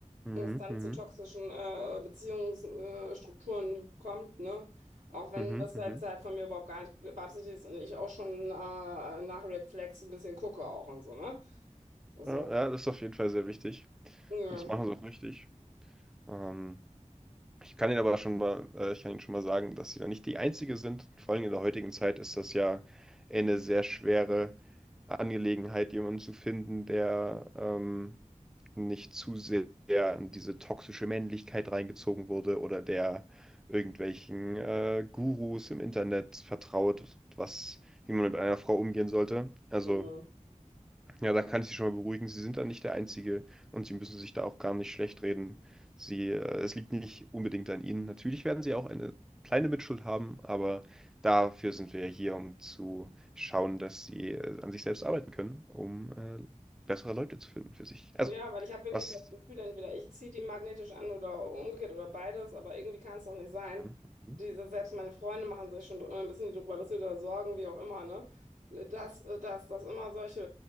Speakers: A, in the centre; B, on the right (about 85°).
A: Mhm,
B: es dann
A: mhm,
B: zu toxischen äh, Beziehungsstrukturen äh, Strukturen kommt, ne? Auch wenn
A: mhm,
B: das
A: mhm.
B: jetzt halt von mir überhaupt gar nicht beabsichtigt ist und ich auch schon äh, nach Red Flags ein bisschen gucke auch und so, ne? So,
A: Ja, ja, das ist auf jeden Fall sehr wichtig.
B: ja,
A: Und das machen Sie auch richtig. Ähm, Ich kann Ihnen aber schon mal, äh, ich kann Ihnen schon mal sagen, dass Sie da nicht die Einzige sind. Vor allem in der heutigen Zeit ist das ja eine sehr schwere Angelegenheit, jemanden zu finden, der ähm, nicht zu sehr in diese toxische Männlichkeit reingezogen wurde oder der irgendwelchen äh, Gurus im Internet vertraut, was, wie man mit einer Frau umgehen sollte. Also
B: ja.
A: ja, da kann ich Sie schon mal beruhigen. Sie sind da nicht der Einzige und Sie müssen sich da auch gar nicht schlecht reden. Sie, äh, es liegt nicht unbedingt an Ihnen. Natürlich werden Sie auch eine kleine Mitschuld haben, aber dafür sind wir ja hier, um zu schauen, dass Sie äh, an sich selbst arbeiten können, um äh, bessere Leute zu finden für sich. Also,
B: Ja, weil ich habe wirklich
A: was?
B: das Gefühl, entweder ich ziehe die magnetisch an oder umgekehrt oder beides, aber irgendwie kann es doch nicht sein.
A: Mhm, mhm,
B: Diese, selbst meine Freunde machen sich schon dr- äh, ein bisschen drüber lustig oder Sorgen, wie auch immer, ne? Dass, äh, dass, dass immer solche,